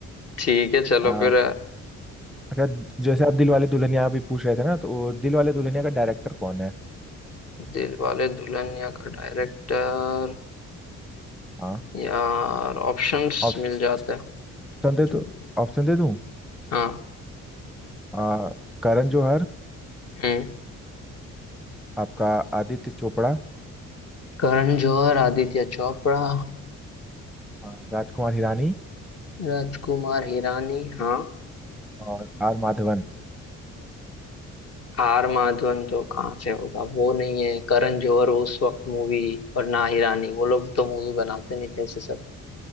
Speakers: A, on the left; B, in the centre.
A: ठीक है चलो
B: आ,
A: फिर
B: अच्छा जैसे आप दिल वाले दुल्हनिया अभी पूछ रहे थे ना तो दिल वाले दुल्हनिया का डायरेक्टर कौन है
A: दिलवाले दुल्हनिया का डायरेक्टर
B: हाँ
A: यार ऑप्शंस
B: ऑप्शन
A: मिल जाते हैं
B: दे
A: तो
B: तो ऑप्शन दे दूँ
A: हाँ
B: आ, करण जौहर
A: हम्म
B: आपका आदित्य चोपड़ा
A: करण जौहर आदित्य चोपड़ा
B: आ, राजकुमार हिरानी
A: राजकुमार हिरानी हाँ
B: और आर माधवन
A: आर माधवन तो कहाँ से होगा वो नहीं है करण जौहर उस वक्त मूवी और ना हिरानी वो लोग तो मूवी बनाते नहीं थे ऐसे सब